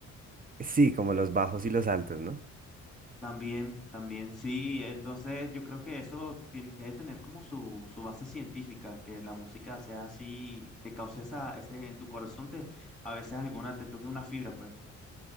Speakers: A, on the right; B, in the centre.
A: Sí, como los bajos y los altos, ¿no?
B: También, también, sí, entonces yo creo que eso tien- debe tener como su, su base científica, que la música sea así, te cause esa, ese, en tu corazón te, a veces alguna, te toque una fibra, pues.